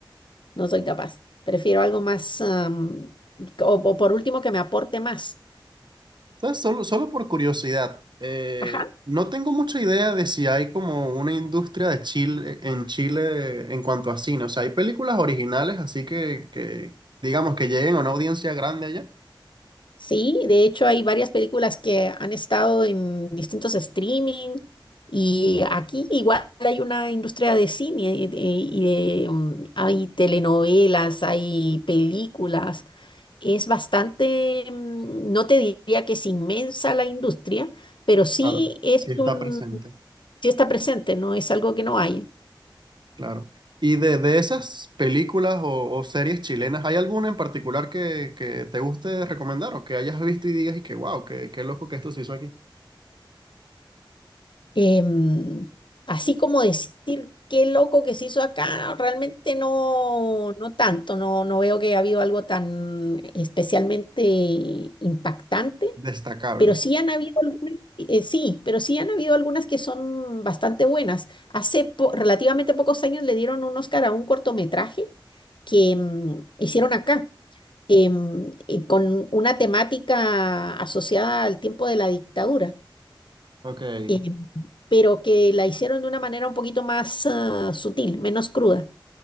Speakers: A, on the left; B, on the right.
A: No soy capaz. Prefiero algo más, am, o, o por último, que me aporte más.
B: Entonces, solo, solo por curiosidad, eh,
A: Ajá.
B: no tengo mucha idea de si hay como una industria de Chile, en Chile en cuanto a cine. O sea, hay películas originales, así que, que digamos que lleguen a una audiencia grande allá.
A: Sí, de hecho hay varias películas que han estado en distintos streaming y aquí igual hay una industria de cine y de, y de, mm, hay telenovelas, hay películas. Es bastante, mm, no te diría que es inmensa la industria, pero sí
B: Claro.
A: es
B: Sí está
A: un,
B: presente,
A: sí está presente, no es algo que no hay.
B: claro. Y de, de esas películas o, o series chilenas, ¿hay alguna en particular que, que te guste recomendar o que hayas visto y digas y que wow, qué, qué loco que esto se hizo aquí?
A: Em, así como decir qué loco que se hizo acá, realmente no, no tanto, no, no veo que ha habido algo tan especialmente impactante,
B: Destacable.
A: pero sí han habido algunas, eh, sí, pero sí han habido algunas que son bastante buenas. Hace po- relativamente pocos años le dieron un Oscar a un cortometraje que mm, hicieron acá. em, y con una temática asociada al tiempo de la dictadura.
B: Ok.
A: em, pero que la hicieron de una manera un poquito más ah, sutil, menos cruda.